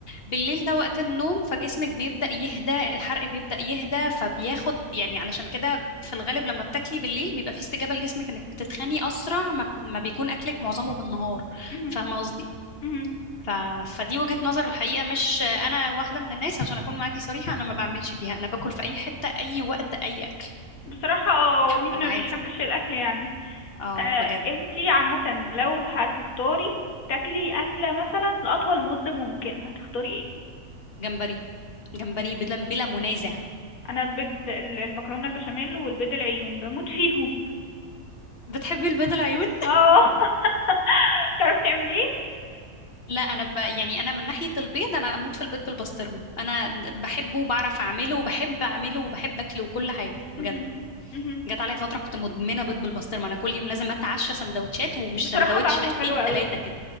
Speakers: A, on the left; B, on the left.
A: بالليل ده وقت النوم فجسمك بيبدأ يهدى الحرق بيبدأ يهدى فبياخد يعني علشان كده في الغالب لما بتاكلي بالليل بيبقى في استجابة لجسمك انك بتتخني اسرع ما, ما بيكون اكلك معظمه بالنهار
B: مهم.
A: فاهمة قصدي
B: مهم.
A: ف... فدي وجهة نظر الحقيقة مش انا واحدة من الناس عشان اكون معاكي صريحة انا ما بعملش بيها انا باكل في اي حتة اي وقت اي اكل
B: بصراحة اه مين
A: فانا
B: ما
A: عادي
B: بيحبش الاكل يعني
A: اه
B: آه
A: بجد
B: انتي عامة لو هتختاري تاكلي أكلة مثلا لأطول مدة ممكنة هتختاري ايه؟
A: جمبري جمبري بلا, بلا منازع
B: أنا البيض ال- المكرونة البشاميل والبيض العيون بموت فيهم
A: بتحبي البيض العيون؟
B: اه <laughs> تعرفي تعمليه؟
A: لا انا ب... يعني انا من ناحيه البيض انا اموت في البيض بالبسطرمه انا بحبه وبعرف اعمله وبحب اعمله وبحب اكله وكل حاجه
B: مهم.
A: بجد
B: مهم.
A: جت عليا فتره كنت مدمنه بيض بالبسطرمه انا كل يوم لازم اتعشى سندوتشات ومش
B: بصراحة
A: سندوتش
B: طعمه
A: لا اتنين
B: حلو قوي
A: تلاته كده